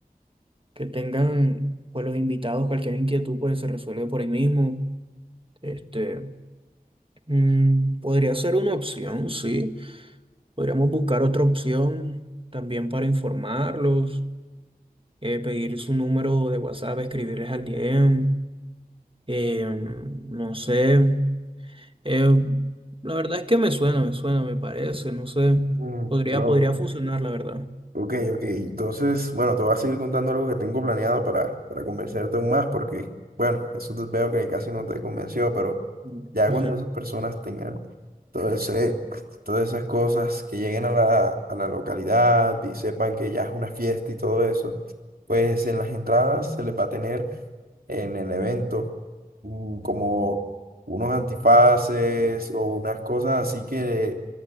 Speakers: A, on the right (about 35°); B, on the right (about 80°).
A: que tengan pues los invitados cualquier inquietud pues se resuelve por ahí mismo. Este, mm, podría ser una opción, sí. Podríamos buscar otra opción también para informarlos, eh, pedir su número de WhatsApp, escribirles al DM, eh, no sé. Eh, la verdad es que me suena, me suena, me parece, no sé.
B: Mm,
A: Podría,
B: Pero
A: podría funcionar, la verdad.
B: Ok, ok. Entonces, bueno, te voy a seguir contando algo que tengo planeado para, para convencerte aún más, porque, bueno, eso te veo que casi no te convenció, pero
A: <laughs>
B: ya cuando esas personas tengan todo ese- todas esas cosas, que lleguen a la, a la localidad y sepan que ya es una fiesta y todo eso, pues en las entradas se les va a tener en el evento mm, como unos antifaces o unas cosas así que